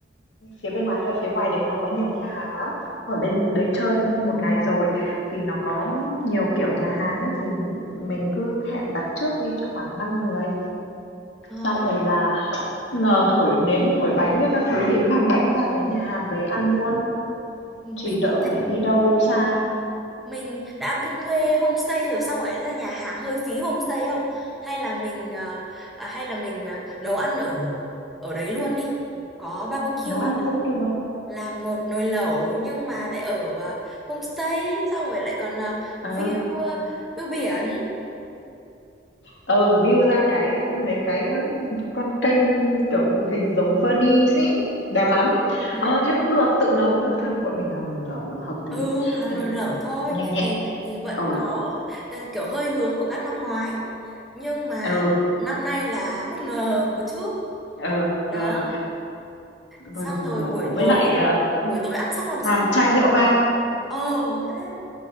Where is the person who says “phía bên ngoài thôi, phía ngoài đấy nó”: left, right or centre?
Left